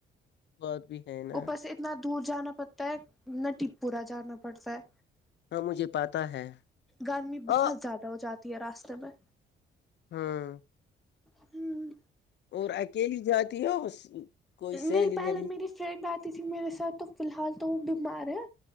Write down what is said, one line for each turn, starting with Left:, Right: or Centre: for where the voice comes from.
Left: بات بھی ہے نا
Centre: اوپر سے اتنا دور جانا پڑتا ہے ن ٹی پورا جانا پڑتا ہے
Left: ہاں مجھے پتا ہے
Centre: گرمی
Left: ہاں
Centre: بہت زیادہ ہو جاتی ہے راستے میں
Left: ہاں
Centre: ہوں
Left: اور اکیلی جاتی ہو کوئی
Centre: نہیں
Left: سہیلی
Centre: پہلے
Left: ویلی
Centre: میری فرینڈ آتی تھی میرے ساتھ تو فی الحال تو وہ بیمار ہے